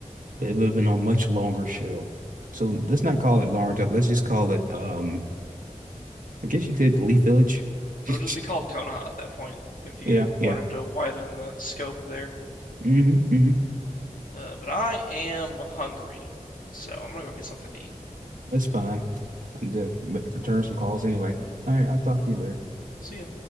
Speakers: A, on the right; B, on the left.
A: but it would have been a much longer show so let's not call it Naruto let's just call it um. I guess you could Leaf Village. <laughs>
B: It would just be called Konoha at that point if you
A: Yeah, yeah.
B: wanted to widen the scope there.
A: hmm hmm
B: Uh, but I am hungry, so I'm gonna go get something to eat.
A: That's fine. I need to return some calls anyway. All right, I'll talk to you later.
B: See ya.